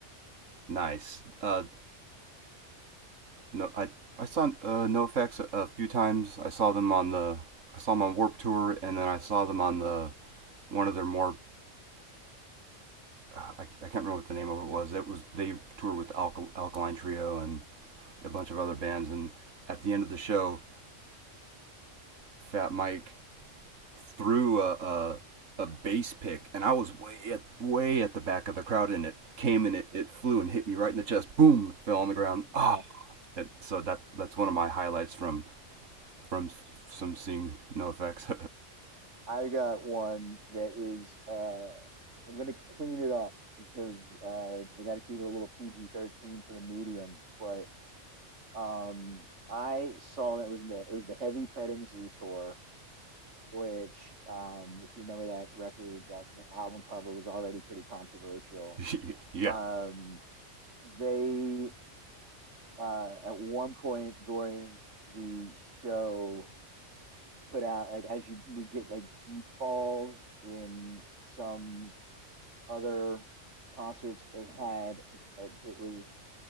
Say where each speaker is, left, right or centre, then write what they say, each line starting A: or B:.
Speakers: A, on the right (about 85°); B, on the right (about 70°).
A: nice. Uh, No, I I saw uh, NoFX a, a few times. I saw them on the I saw them on Warp Tour, and then I saw them on
B: hmm
A: the one of their more I, I can't remember what the name of it was. It was they toured with Alkal- Alkaline Trio and a bunch of other bands, and at the end of the show, Fat Mike threw a a, a bass pick, and I was way at way at the back of the crowd, and it came and it, it flew and hit me right in the chest. Boom, fell on the ground.
B: Wow.
A: Ah, that, so that that's one of my highlights from from some seeing no effects.
B: I got one that is uh I'm gonna clean it up because uh, I got to keep it a little PG-13 for the medium, but Um, I saw that was in the it was the Heavy Petting Zoo tour, which um, if you remember that record, that that album cover was already pretty controversial.
A: <laughs> yeah,
B: Um, they uh, at one point during the show put out like as you would get like beach balls in some other concerts they had it's like, it was